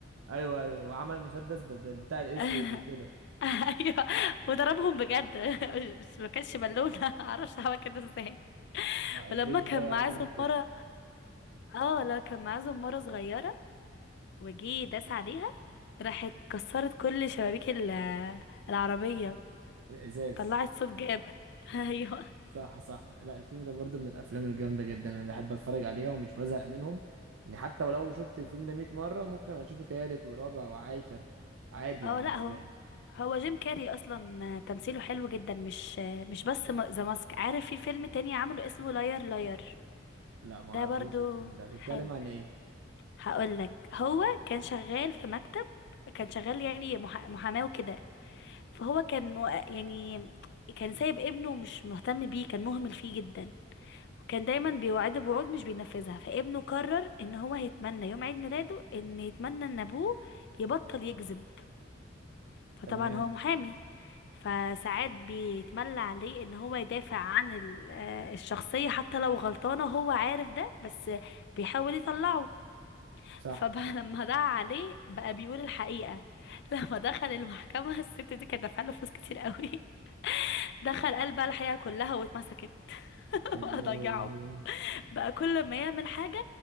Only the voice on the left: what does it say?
<laughs>
ايوه وضربهم بجد <laughs> مش- ما كانش بالونه <laughs> معرفش عمل كده ازاي
ولما كان
معاه
زمارة
اه لا كان معاه زمارة صغيرة وجي داس عليها راحت كسرت كل شبابيك ال- العربية
طلعت صوت جامد <laughs> ايوه
اه
لا هو
هو جيم كاري اصلا تمثيله حلو جدا مش مش بس ذا ماسك عارف في فيلم تاني عمله اسمه لاير لاير
ده
برضو
حلو
هقولك هو كان شغال في مكتب كان شغال يعني مح- محاماه وكده فهو كان مو- يعني كان سايب ابنه مش مهتم بيه كان مهمل فيه جدا كان دايما بيوعده بوعود مش بينفذها فابنه قرر ان هو هيتمنى يوم عيد ميلاده ان يتمنى ان ابوه يبطل يكذب فطبعا
هو محامي فساعات بيتملى عليه ان هو يدافع عن ال- آه، الشخصية حتى لو غلطانة هو عارف ده بس بيحاول يطلعه
فبقى <laughs> لما دعا عليه بقى بيقول الحقيقة لما دخل المحكمة الست دي كانت دافعة له فلوس كتير قوي <laughs> دخل قال بقى الحقيقة كلها واتمسكت <laughs>
بقى ضيعه بقى كل ما يعمل حاجة